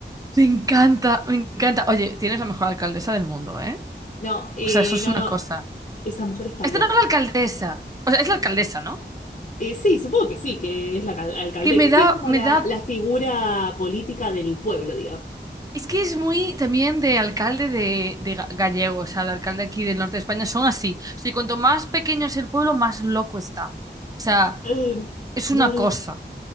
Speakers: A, on the right; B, on the left.
A: me encanta, me encanta. Oye, tienes la mejor alcaldesa del mundo, ¿eh?
B: No, eh,
A: O sea, eso es
B: no,
A: una
B: no,
A: cosa.
B: esa mujer está
A: Esta
B: loca.
A: no es la alcaldesa. O sea, es la alcaldesa, ¿no?
B: Eh, sí, supongo que sí, que es la cal- alcaldesa.
A: Es que me
B: Sí,
A: da,
B: es como
A: me
B: la,
A: da.
B: la figura política del pueblo, digamos.
A: Es que es muy también de alcalde de, de ga- gallego, o sea, el alcalde aquí del norte de España son así. O sea, y cuanto más pequeño es el pueblo, más loco está. O sea,
B: Eh,
A: es
B: no,
A: una
B: no,
A: cosa.